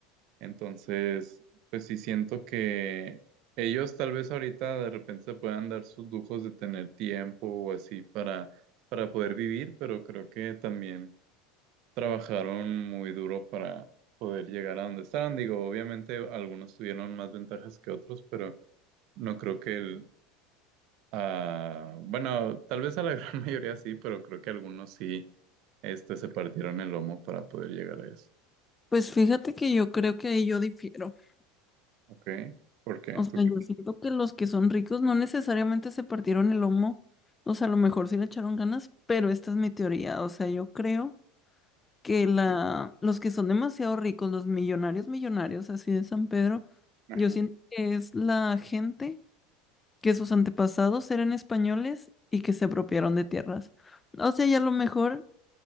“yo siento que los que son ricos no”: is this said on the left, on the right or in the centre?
Left